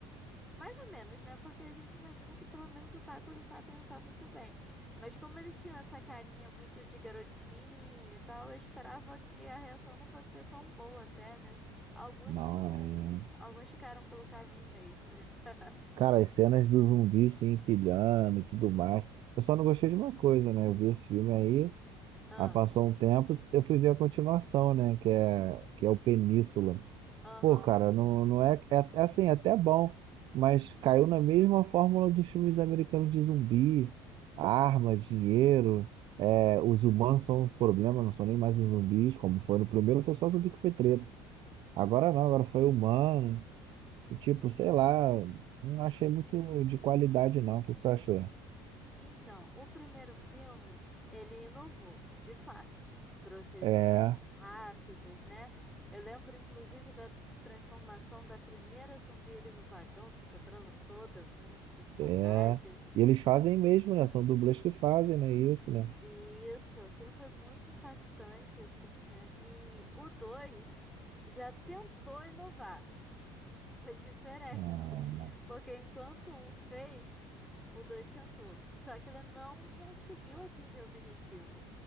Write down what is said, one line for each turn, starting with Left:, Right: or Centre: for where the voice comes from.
Centre: Mais ou menos, né? Porque a gente imagina que pelo menos o taco eles sabem usar muito bem. Mas como eles tinham essa carinha muito de garotinho e tal, eu esperava que a reação não fosse ser tão boa até, né? Alguns
Right: Não,
Centre: não.
Right: é.
Centre: Alguns ficaram pelo caminho mesmo, né? <laughs>
Right: Cara, as cenas do zumbi se empilhando e tudo mais. Eu só não gostei de uma coisa, né? Eu vi esse filme aí,
Centre: Ah,
Right: aí passou um tempo, eu fui ver a continuação, né? Que é, que é o Península.
Centre: aham.
Right: Pô, cara, não, não é, é. é assim, é até bom, mas caiu na mesma fórmula dos filmes americanos de zumbi: arma, dinheiro. é, os humanos são os problemas, não são nem mais os zumbis, como foi no primeiro, foi só zumbi que foi treta. Agora não, agora foi humano. E tipo, sei lá, não achei muito de qualidade não. O que que tu achou?
Centre: Então, o primeiro filme, ele inovou, de fato. Trouxe aí
Right: É,
Centre: zumbis rápidos, né? Eu lembro, inclusive, da transformação da primeira zumbi ali no vagão, se quebrando toda, virando a cabeça para
Right: é.
Centre: trás. E,
Right: E eles fazem mesmo, né? São dublês que fazem, né? Isso, né?
Centre: e isso, aquilo foi muito impactante, assim, né? E o 2 já tentou inovar. Foi diferente.
Right: Ah,
Centre: Porque enquanto um fez, o dois tentou. Só que ele não conseguiu atingir o objetivo.